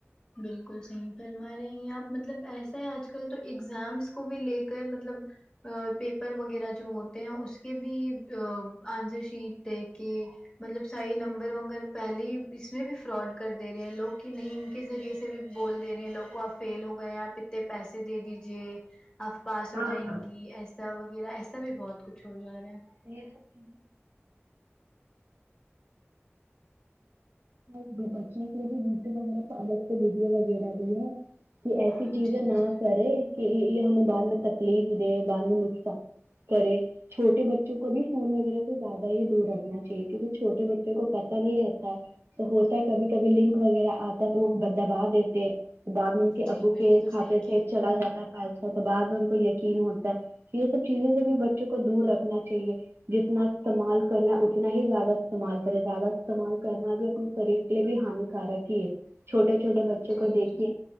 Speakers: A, on the left (about 15°); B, on the right (about 60°).
A: بالکل صحیح فرما رہی ہیں آپ مطلب ایسا ہے آج کل تو ایگزامس کو بھی لے کر مطلب آ پیپر وغیرہ جو ہوتے ہیں اس کے بھی آ آنسر شیٹ دیک کے مطلب صحیح نمبر وگر پہلے ہی اس میں بھی فراڈ کر دے رہے ہیں لوگ کی نہیں کے ذریعے سے بھی بول دے رہے ہیں لوگ کو آپ فیل ہو گئے ہیں آپ اتنے پیسے دے دیجے آپ پاس ہو
B: ہاں
A: جائیں
B: ہاں
A: گی ایسا وغیرہ ایسا بھی بہت کچھ ہو جا رہا ہے
B: تو یے سب <unintelligible> <unintelligible> بچنے کے لیے بھی یوٹیوب وغیرہ کا الگ سے ویڈیو وغیرہ بھی ہے کی ایسی
A: ہے
B: چیزیں
A: جی
B: نہ
A: جی
B: کرے کی یے یے ہمیں بعد میں تکلیف دے بعد میں نقصا کرے چھوٹے بچ چوں کو بھی فون وغیرہ سے زیادہ ہی دور رکھنا چاہیے کیونکی چوٹے بچوں کو پتا نہیں رہتا تو ہوتا ہے کبھی کبھی لنک وغیرہ آتا ہے تو وہ دبا دیتے ہیں بعد میں ان کے ابو
A: جی بالکل
B: کے کھاتے
A: صحیح کہہ
B: سے
A: رہی
B: چلا
A: ہیں
B: جاتا ہے پیسہ تو بعد میں ان کو یقین ہوتا ہے کی یے سب چیزوں سے بھی بچوں کو دور رکھنا چاہیے جتنا استعمال کرنا اتنا ہی زیادہ استعمال کریں زیادہ استعمال کرنا بھی اپنے شریر کے لیے بھی ہانیکارک ہی چھوٹے چھوٹے
A: آپ
B: بچوں
A: جی
B: کو دیکھیے
A: جی